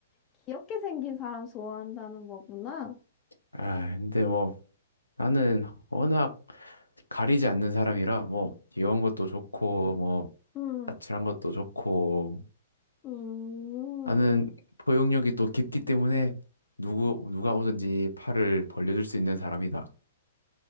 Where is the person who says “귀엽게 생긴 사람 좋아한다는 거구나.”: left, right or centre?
Left